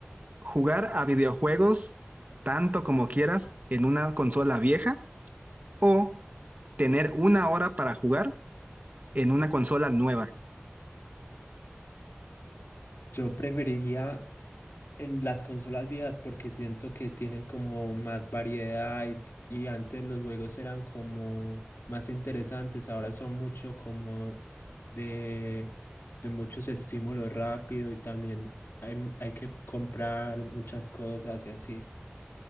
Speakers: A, on the right; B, on the left.
A: jugar a videojuegos tanto como quieras en una consola vieja o tener una hora para jugar en una consola nueva.
B: Yo preferiría en las consolas viejas porque siento que tienen como más variedad y, t- y antes los juegos eran como más interesantes. Ahora son mucho como de, de muchos estímulos rápido y también hay, m- hay que comprar muchas cosas y así.